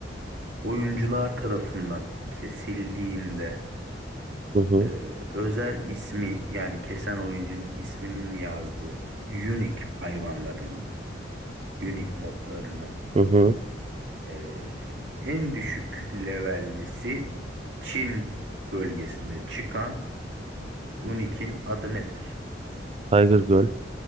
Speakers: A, on the right (about 75°); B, on the right (about 30°).
A: oyuncular tarafından kesildiğinde
B: Hı hı.
A: e, özel ismi yani kesen oyuncunun isminin yazdığı unique hayvanlarının, unique moblarının
B: Hı hı.
A: e, en düşük levellisi Çin bölgesinde çıkan unique'in adı nedir?
B: Tiger Girl.